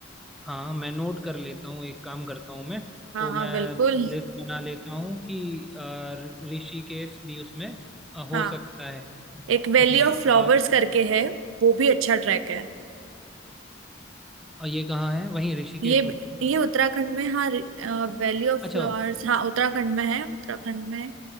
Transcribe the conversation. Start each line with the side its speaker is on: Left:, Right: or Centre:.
Centre: हाँ मैं नोट कर लेता हूँ एक काम करता हूँ मैं
Right: हाँ
Centre: तो
Right: हाँ
Centre: मैं
Right: बिल्कुल
Centre: लिस्ट बना लेता हूँ कि अ, ऋषिकेश भी उसमें अ, हो
Right: हाँ
Centre: सकता है अ,
Right: एक वैली
Centre: जी
Right: ऑफ फ्लावर्स
Centre: आप
Right: करके है वो भी अच्छा ट्रैक है
Centre: अ, ये कहाँ है वहीं ऋषिकेश
Right: ये
Centre: में
Right: ये उत्तराखंड में हाँ वैली ऑफ
Centre: अच्छा
Right: फ्लावर्स हाँ उत्तराखंड में है उत्तराखंड में